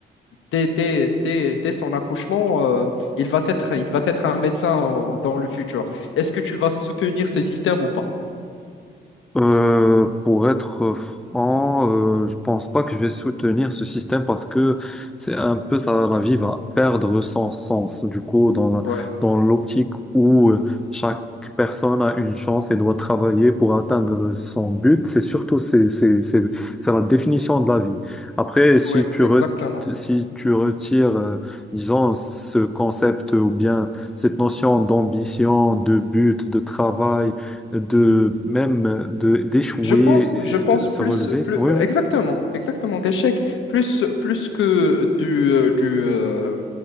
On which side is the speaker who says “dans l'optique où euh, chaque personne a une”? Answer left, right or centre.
Centre